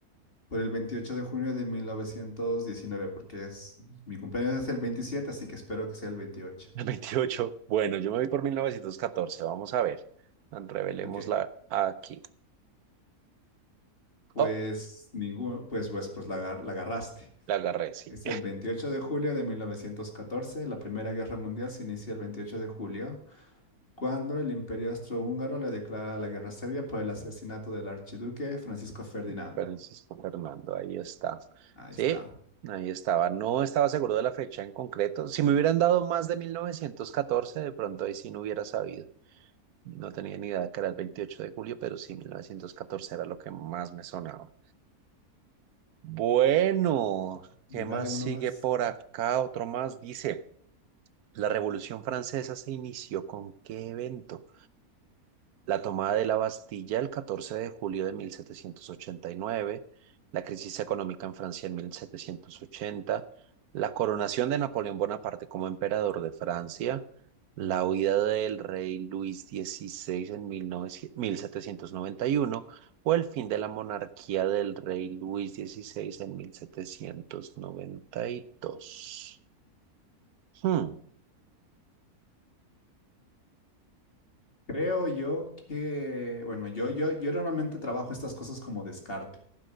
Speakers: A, on the left; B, on the right.
A: por el 28 de junio de 1919, porque es, mi cumpleaños es el 27, así que espero que sea el 28.
B: 28. Bueno, yo me voy por 1914. Vamos a ver. Revelémosla
A: Ok.
B: aquí.
A: Pues
B: Oh,
A: ninguno, pues, pues, pues la, agar- la agarraste.
B: la agarré, sí.
A: Es el 28 de julio de 1914. La Primera Guerra Mundial se inicia el 28 de julio, cuando el Imperio Austrohúngaro le declara la guerra a Serbia por el asesinato del archiduque Francisco Ferdinando.
B: <laughs> Francisco Fernando, ahí está.
A: Ahí
B: Sí,
A: está.
B: ahí estaba. No estaba seguro de la fecha en concreto. Si me hubieran dado más de 1914, de pronto ahí sí no hubiera sabido. No tenía ni idea que era el 28 de julio, pero sí, 1914 era lo que más me sonaba. Bueno,
A: Dale
B: ¿qué más
A: uno
B: sigue
A: más.
B: por acá? Otro más dice. La Revolución Francesa se inició con ¿qué evento? la tomada de la Bastilla el 14 de julio de 1789, la crisis económica en Francia en 1780, la coronación de Napoleón Bonaparte como emperador de Francia, la huida del rey Luis XVI en mil novecientos mil setecientos noventa y uno o el fin de la monarquía del rey Luis XVI en 1792. Hmm,
A: Creo yo que, bueno, yo, yo, yo normalmente trabajo estas cosas como descarte,